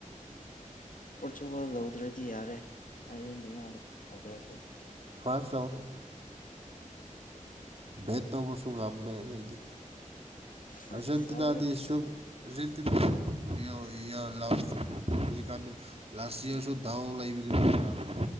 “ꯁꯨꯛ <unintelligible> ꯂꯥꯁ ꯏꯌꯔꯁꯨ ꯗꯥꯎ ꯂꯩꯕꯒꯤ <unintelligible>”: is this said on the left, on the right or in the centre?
Right